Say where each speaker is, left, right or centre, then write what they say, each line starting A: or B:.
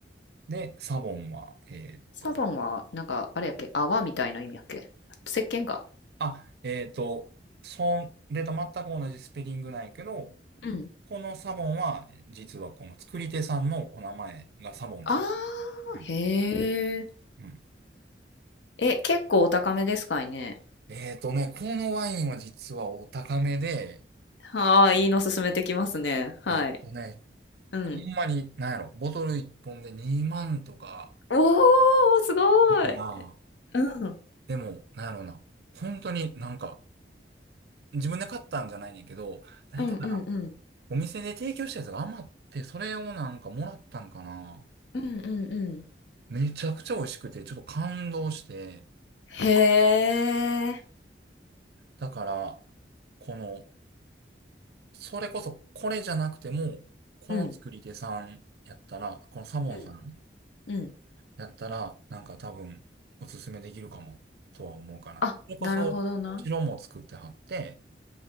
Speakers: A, on the right; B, on the left.
A: で、サボンは、えっと、
B: サボンは、なんか、あれやっけ泡みたいな意味やっけ石鹸か。
A: あ、えっと、そんれと全く同じスペリングなんやけど、
B: うん。
A: このサボンは、実はこの作り手さんのお名前がサボンさん。
B: あ
A: うん。
B: ー、へー。
A: うん。
B: え、結構お高めですかいね。
A: えっとね、このワインは実はお高めで、
B: はあ、いいの勧めてきますね。はい。
A: えっとね、
B: うん。
A: ほんまに、なんやろ、ボトル1本で2万とか、
B: おお、すごい。
A: まあ、
B: うん。
A: でも、なんやろうな。本当になんか、自分で買ったんじゃないねんけど、なんやったかな。
B: うんうんうん。
A: お店で提供したやつが余って、それをなんかもらったんかな。
B: うんうんうん。
A: めちゃくちゃ美味しくて、ちょっと感動して、
B: へえ。
A: だから、この、それこそこれじゃなくても、この作り手さんやったら、
B: うん。
A: このサボンさん
B: うんうん。
A: やったら、なんか多分、おすすめできるかも、とは思うかな。
B: あ、
A: それこそ、
B: なるほどな。
A: 白も作ってはって、